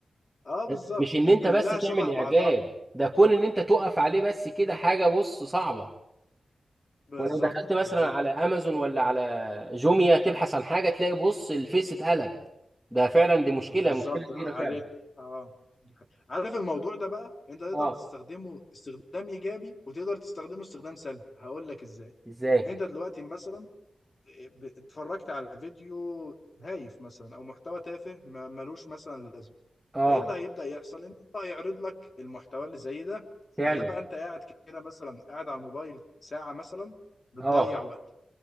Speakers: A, on the left (about 45°); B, in the centre.
A: اه بالظبط
B: ده مش ان انت
A: كلها
B: بس تعمل
A: شبه بعضها
B: اعجاب ده كون ان انت تقف عليه بس كده حاجه بص صعبه
A: بالظبط
B: ولو دخلت مثلا
A: بالظبط
B: على امازون ولا على جوميا تبحث عن حاجه تلاقي بص الفيس اتقلب ده فعلا دي مشكله
A: بالظبط
B: مشكله كبيره
A: عليه
B: فعلا
A: اه دي حقيقة. عارف الموضوع ده بقى انت تقدر
B: اه
A: تستخدمه استخدام ايجابي وتقدر تستخدمه استخدام سلبي هقول لك ازاي
B: ازاي
A: انت دلوقتي مثلا آه، ب- اتفرجت على فيديو هايف مثلا او محتوى تافه ما- ملوش مثلا لازمه
B: اه
A: فايه اللي هيبدا يحصل ان هو هيعرض لك المحتوى اللي زي ده فهيبقى
B: فعلا
A: انت قاعد كده مثلا قاعد على الموبايل ساعه مثلا بتضيع
B: اه
A: وقت